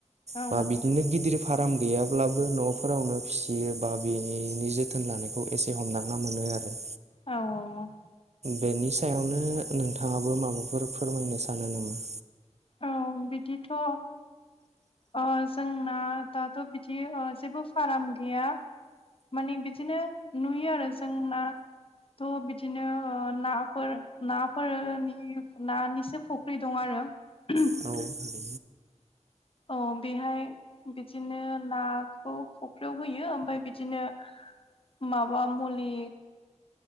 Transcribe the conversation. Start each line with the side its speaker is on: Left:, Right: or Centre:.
Left: औ
Right: बा बिदिनो गिदिर फार्म गैयाब्लाबो न'फोरावनो फिसियो बा बेनि जोथोन लानायखौ एसे हमदांना मोनो आरो
Left: औ औ औ
Right: बेनि सायावनो नोंथाङाबो माबाफोर फोरमायनो सानो नामा
Left: औ बिदिथ' अ जोंना दाथ' बिदि जेबो फार्म गैया माने बिदिनो नुयो आरो जोंना थ' बिदिनो नाफोर नाफोरनि नानिसो फुख्रि दं आरो <unintelligible>
Right: <unintelligible>
Left: औ बेहाय बिदिनो नाखौ फुख्रियाव होयो ओमफ्राय बिदिनो माबा मुलि